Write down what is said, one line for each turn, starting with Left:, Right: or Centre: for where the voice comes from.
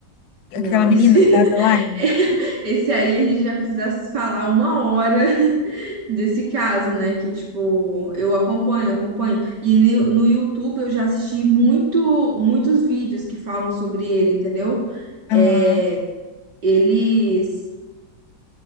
Right: Não,
Left: Aquela
Right: isso.
Left: menina,
Right: <laughs>
Left: a Adeline?
Right: <laughs> Esse aí a gente vai precisar se falar uma hora <laughs> desse caso, né? Que, tipo, eu acompanho, acompanho. E no no YouTube eu já assisti muito, muitos vídeos que falam sobre ele, entendeu? É,
Left: Aham.
Right: eles,